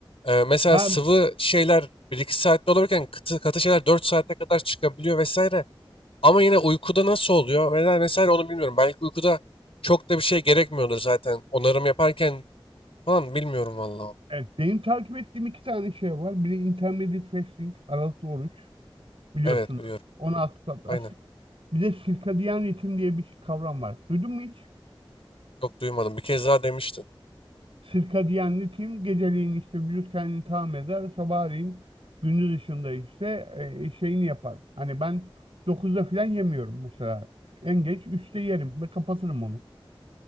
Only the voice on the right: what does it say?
Ben
Evet, benim takip ettiğim iki tane şey var. Biri Intermittent Fasting, aralıklı oruç biliyorsunuz.
16 saat açlık.
Bir de circadian ritim diye bir kavram var. Duydun mu hiç?
Circadian ritim geceleyin işte vücut kendini tamam eder. Sabahleyin gündüz ışığında ise e, şeyini yapar. Hani ben dokuzda falan yemiyorum mesela. En geç üçte yerim ve kapatırım onu.